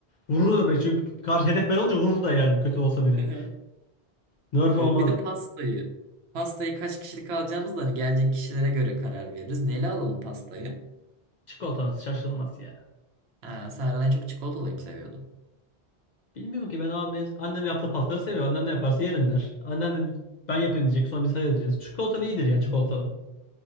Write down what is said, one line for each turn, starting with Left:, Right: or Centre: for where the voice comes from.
Left: Vurur da belki çünkü karşı hedef ben olunca vurur da yani kötü olsa bile.
Right: Hı.
Left: Nerf
Right: Ee,
Left: olmaz.
Right: Bir de pastayı. Pastayı kaç kişilik alacağımız da hani gelecek kişilere göre karar veririz. Neyle alalım pastayı?
Left: Çikolatan şaşılmaz ya.
Right: Ha, Sayran en çok çikolatalıyı seviyordu.
Left: Bilmiyorum ki ben abi annem yaptığı pastaları seviyor. Annem ne yaparsa yerim der. Annem de ben yapayım diyecek sonra biz hayır diyeceğiz. Çikolatalı iyidir
Right: Hmm.
Left: ya çikolatalı.